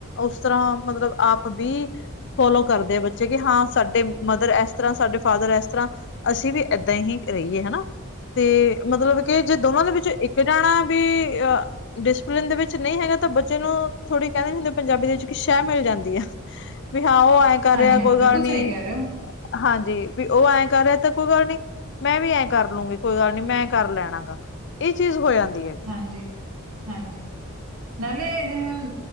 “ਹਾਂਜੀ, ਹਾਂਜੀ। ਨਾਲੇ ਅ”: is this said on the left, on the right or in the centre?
Right